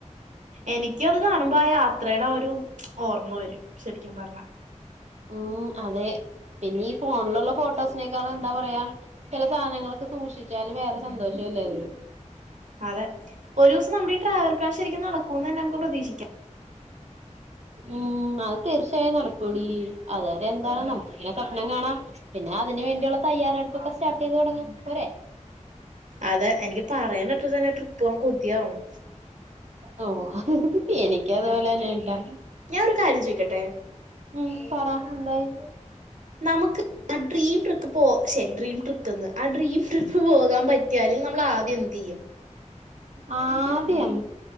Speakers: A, on the right (about 75°); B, on the right (about 60°).
A: എനിക്കത് കാണുമ്പോ ആ യാത്രയുടെ ഒരു ഓർമ്മ വരും ശരിക്കും പറഞ്ഞാ.
B: ഉം അതെ പിന്നെ ഈ ഫോണിലുള്ള ഫോട്ടോസിനേക്കാളും എന്താ പറയാ ചില സാധനങ്ങളൊക്കെ സൂക്ഷിച്ചാല് വേറെ സന്തോഷല്ലേയത്
A: അതെ ഒരൂസം നമ്മടെയീ ട്രാവൽ പ്ലാൻ ശരിക്കും നടക്കോന്ന് തന്നെ നമുക്ക് പ്രതീക്ഷിക്കാം.
B: ഉം അത് തീർച്ചയായും നടക്കൂടി അതുവരെ എന്താണ് നമുക്കിങ്ങനെ സ്വപ്നം കാണാം പിന്നെ അതിന് വേണ്ടിയുള്ള തയ്യാറെടുപ്പൊക്കെ സ്റ്റാർട്ട് ചെയ്ത് തുടങ്ങാം പോരേ
A: അതെ എനിക്ക് പറയനട്ട് തന്നെ ട്രിപ്പ് പോകാൻ കൊതിയാവണ്.
B: ഓ എനിക്ക് അതുപോലെ തന്നെ ആണട്ടാ.
A: ഞായൊരു കാര്യം ചോയ്ക്കട്ടെ
B: ഉം പറ എന്തായി
A: നമ്മുക്ക് ആഹ് ഡ്രീം ട്രിപ്പ് പ്പോ ശ്ശേ ഡ്രീം ട്രിപ്പ്ന്ന് ആഹ് ഡ്രീം ട്രിപ്പ് പോകാൻ പറ്റിയാല് നമ്മൾ ആദ്യം എന്തിയും
B: ആദ്യം